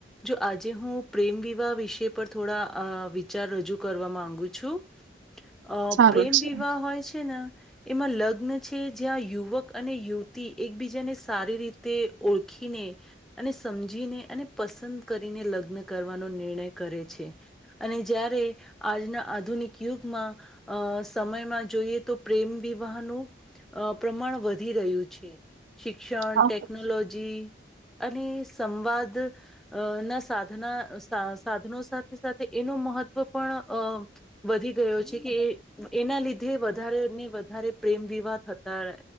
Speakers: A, in the centre; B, on the right.
A: જો આજે હું પ્રેમ વિવાહ વિષ પર થોડા વિચાર રજૂ કરવા માંગુ છું અ
B: સારું
A: પ્રેમ
B: છે
A: વિવાહ હોય છે ને એમાં લગ્ન છે જ્યાં યુવક અને યુવતી એકબીજાને સારી રીતે ઓળખીને અને સમજીને અને પસંદ કરીને લગ્ન કરવાનો નિર્ણય કરે છે અને જ્યારે આજના આધુનિક યુગમાં અ સમયમાં જોઈએ તો પ્રેમ વિવાહનું પ્રમાણ વધી રહ્યું છે શિક્ષણ
B: આ
A: ટેક્નોલોજી અને સંવાદ ના સાધના સાધનો સાથે સાથે એનું મહત્વ પણ વધી ગયો છે કે એના લીધે વધારેને વધારે પ્રેમ વિવાહ થતા